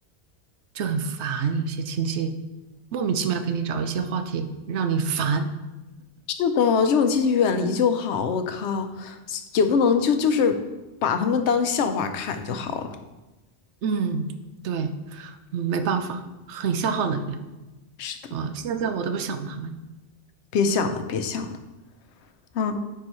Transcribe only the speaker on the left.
是的，这种亲戚远离就好。我靠，也不能就就是把他们当笑话看就好了。
是的，
别想了，别想了。啊，